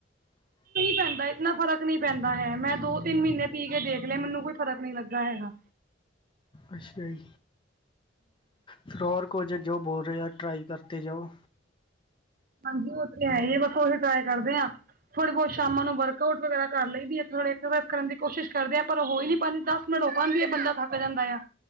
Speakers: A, on the left; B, on the right.
A: ਹ
B: ਪੈਂਦਾ ਇਤਨਾ ਫਰਕ ਨੀ ਪੈਂਦਾ ਹੈ ਮੈਂ ਦੋ ਤਿੰਨ ਮਹੀਨੇ ਪੀ ਕੇ ਦੇਖ ਲਿਆ ਮੈਨੂੰ ਕੋਈ ਫਰਕ ਨੀ ਲੱਗਾ ਹੈਗਾ
A: ਅੱਛਾ ਜੀ ਫਿਰ ਹੋਰ ਕੁਝ ਜੋ ਬੋਲ ਰਿਹਾ ਟਰਾਈ ਕਰਤੇ ਜਾਓ
B: ਹਾਂਜੀ ਉਹ ਤੇ ਹੈ ਬੱਸੋ ਅਸੀਂ ਟਰਾਈ ਕਰਦੇ ਹਾਂ ਥੋੜੇ ਬਹੁਤ ਸ਼ਾਮਾਂ ਨੂੰ ਵਰਕਆਊਟ ਵਗੈਰਾ ਕਰ ਲਈਦੀ ਹੈ ਥੋੜ੍ਹ ਸਰਸਾਈਜ਼ ਕਰਨ ਦੀ ਕੋਸ਼ਿਸ਼ ਕਰਦੇ ਆ ਪਰ ਉਹ ਹੋਈ ਨੀ ਪੰਜ ਦਸ ਮਿੰਟ ਧੁੱਪਾਂ ਚ ਹੀ ਬੰਦਾ ਥੱਕ ਜਾਂਦਾ ਆ